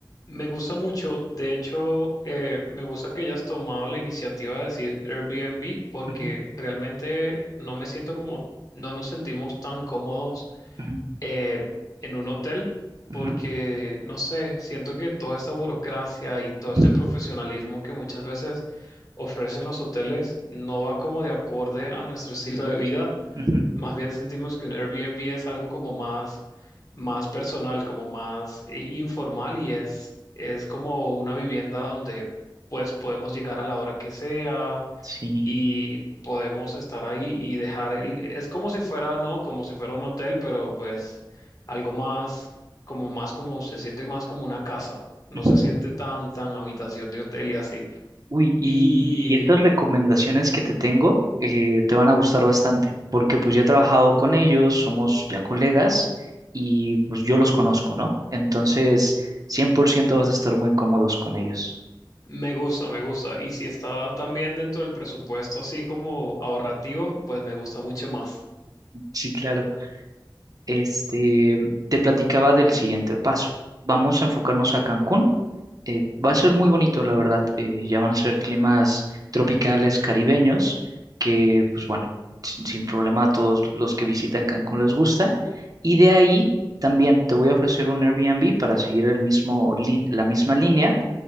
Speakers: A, on the left; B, on the right.
A: Me gusta mucho, de hecho, eh, me gusta que hayas tomado la iniciativa de decir Airbnb porque
B: Ujú,
A: realmente no me siento como, no nos sentimos tan cómodos
B: ujú,
A: eh, en un hotel
B: ujú,
A: porque, no sé, siento que toda esta burocracia y todo
B: ujú,
A: este profesionalismo que muchas veces ofrecen los hoteles no va como de acorde a nuestro <laughs> estilo de vida
B: ujú.
A: más bien sentimos que un Airbnb es algo como más, más personal, como más eh, informal y es, es como una vivienda donde pues podemos llegar a la hora que sea
B: Sí.
A: y podemos estar ahí y dejar el... Es como si fuera, ¿no? Como si fuera un hotel, pero pues algo más, como más como se siente más como una casa. No
B: Ujú.
A: se siente tan, tan habitación de hotel y así.
B: Uy, y,
A: Y...
B: y estas recomendaciones que te tengo eh, te van a gustar bastante, porque pues ya he trabajado con ellos, somos ya colegas y pues yo los conozco, ¿no? Entonces, 100% vas a estar muy cómodos con ellos.
A: Me gusta, me gusta. Y si está también dentro del presupuesto, así como ahorrativo, pues me gusta mucho más.
B: Sí, claro. Este, te platicaba del siguiente paso. Vamos a enfocarnos a Cancún. Eh, va a ser muy bonito, la verdad. eh, ya van a ser climas tropicales caribeños que, pues bueno, sin, sin problema a todos los que visitan Cancún les gusta. Y de ahí también te voy a ofrecer un Airbnb para seguir el mismo, lin- la misma línea